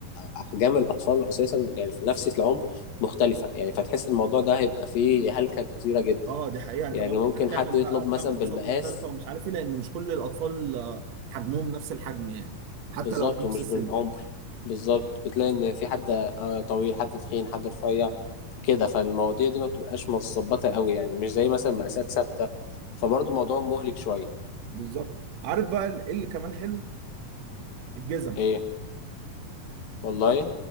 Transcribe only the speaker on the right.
اه دي حقيقه انت
بقى محتاج
تعمل
بقى
فاهم اقساط
مختلفه ومش عارف ايه لان مش كل الاطفال آه، حجمهم نفس الحجم يعني حتى
لو في نفس
السن
بالظبط عارف بقى ايه اللي كمان حلو الجزم